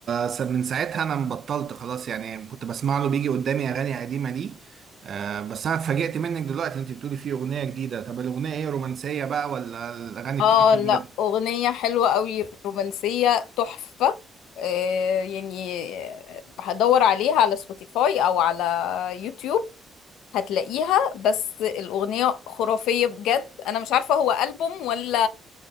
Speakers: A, on the right; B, on the left.
A: فمن ساعتها انا مبطلت خلاص يعني كنت بسمع له بيجي قدامي اغاني قديمه دي آه، بس انا اتفاجئت منك دلوقتي انت بتقولي فيه اغنيه جديده طب الاغنيه ايه رومانسيه بقى ولا الاغاني
B: اه
A: بتاعته
B: لا اغنية حلوة قوي رومانسية تحفة آه يعني هدور عليها على سبوتيفاي او على يوتيوب هتلاقيها بس الاغنية خرافية بجد انا مش عارفة هو ألبوم ولا